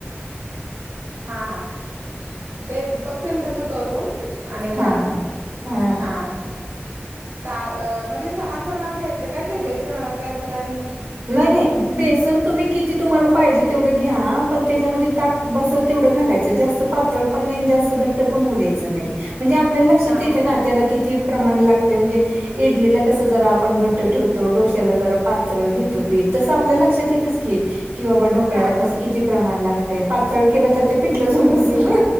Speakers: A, on the right; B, on the right.
A: हा... ते बघते मी तसं करून आणि एकदा...
B: हा हा हा
A: हां ता म्हणजे... समान प्रमाण घ्यायचं काय ते, बेस... काय असं काय नाई
B: नाई नाई, बेसन तुम्ही किती तुम्हाला पाहिजे तीवढं घ्या... पण त्याच्यामध्ये ताक बसल तेवढं घालायचं... जास्त पातळ पण नई आणि जास्त घट्ट पण होऊ द्यायचं नाई... म्हणजे आपल्याला लक्षात
A: हां
B: येतं
A: हां
B: ना त्याला किती प्रमाण लागतं. म्हणजे इडलीला कसं, जरा आपण घट्ट ठेवतो, डोश्याला जरा पातळ घेतो पीठ तसं आपल्या लक्षात येतंच की, की बाबा ढोकळ्याला
A: हां
B: कसं..
A: हां
B: किती प्रमाण लागतंय... पातळ केलं तर, ते पिठलंच होऊन बसल